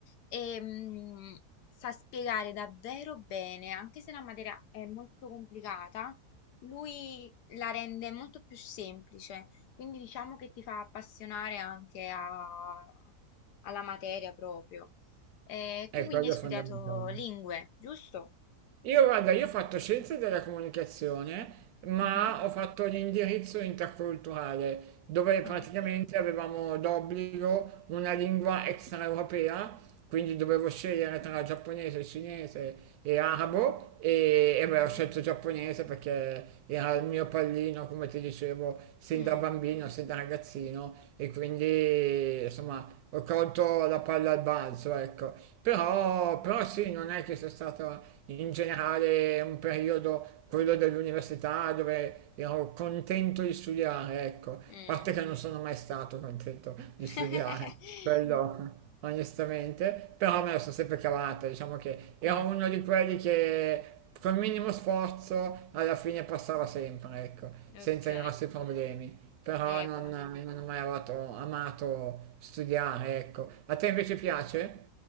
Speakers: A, on the left; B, on the right.
A: e mm, sa spiegare davvero bene, anche se la materia è molto complicata, lui la rende molto più semplice, quindi diciamo che ti fa appassionare anche a- alla materia proprio. Eh,
B: è
A: tu quindi
B: quello
A: hai
B: è
A: studiato
B: fondamentale.
A: lingue, giusto?
B: Io guarda, io ho fatto scienze della comunicazione, ma
A: Mhm.
B: ho fatto l'indirizzo interculturale, dove
A: Ah,
B: praticamente
A: ok.
B: avevamo d'obbligo una lingua extraeuropea, quindi dovevo scegliere tra giapponese, cinese e arabo e, e beh,
A: Ok.
B: ho scelto giapponese perché era il mio pallino, come ti dicevo, sin
A: Mm,
B: da bambino, sin da ragazzino e quindi insomma ho colto la palla al balzo, ecco. Però,
A: Ok.
B: però sì, non è che sia stata in generale è un periodo, quello dell'università, dove ero contento di studiare, ecco, a
A: mm.
B: parte che non sono mai stato contento di
A: <laughs>
B: studiare, quello onestamente, però me la sono sempre cavata, diciamo che ero
A: Mm,
B: uno di quelli che col minimo sforzo alla fine passava sempre, ecco,
A: ok.
B: senza grossi problemi. Però
A: Equa.
B: non, non ho mai amato, amato studiare, ecco. A te invece piace?